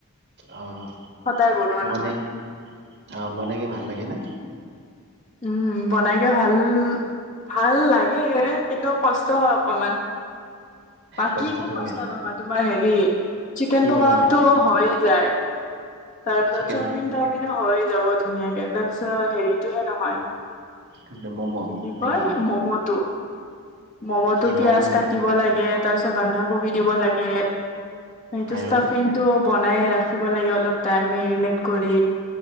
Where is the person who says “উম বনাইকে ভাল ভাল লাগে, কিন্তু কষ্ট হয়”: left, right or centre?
Left